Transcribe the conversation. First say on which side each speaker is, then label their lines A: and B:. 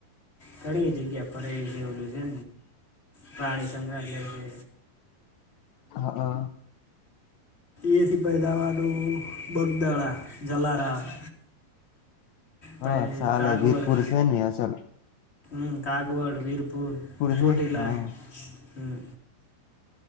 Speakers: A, on the left; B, on the left.
A: ઘણી એ જગ્યા ફરાય ગઈ છે, ઓલું છે. પ્રાણી, સંગ્રહાલય હે
B: હ, અ
A: એ થી, પેહળવાનું બગદાણા જલારામ
B: હા,
A: પછી
B: ચાલે
A: કાગવડ
B: વીરપુર છેને, અસલ
A: હમ, કાગવડ વીરપુર ચોટીલા
B: છે હા
A: હમ